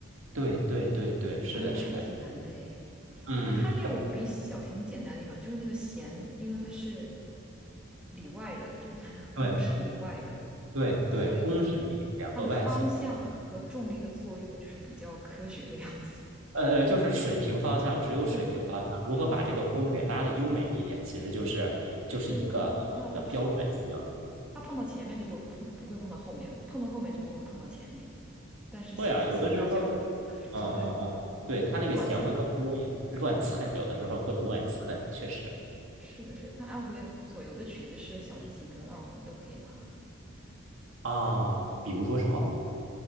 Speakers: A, on the right; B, in the centre.
A: 对对对对，是的，
B: 哎，还挺难的哎。
A: 是的，嗯，
B: 不过它也有比小提琴简单的地方，
A: 怎么？
B: 就是那个弦，因为它是里外的，就是它的弓是里外的，
A: 对对对，
B: 所以它的方向和重力的作用就是比较科学的样子。
A: 公是里弦和外弦。
B: <laughs>
A: 呃，呃就是水平方向，只有水平方向，
B: 对的，
A: 如何把这个弓给拉的优美一点，
B: 是是是，
A: 其实就是就是一个动作的标准性。
B: 对，那倒是。它碰到前面就不碰，不会碰到后面，碰到后面就不会碰到前面。但是小提琴它就
A: 会啊，有的时候，
B: <laughs>
A: 嗯嗯嗯，
B: 真的 <laughs>
A: 对，它那个弦会更多一点，
B: 乱蹭。
A: 乱蹭，有的时候会乱蹭，确实
B: 是的是的，但二胡也很不错，有的曲子是小提琴跟二胡都可以拉，
A: 啊，比如说什么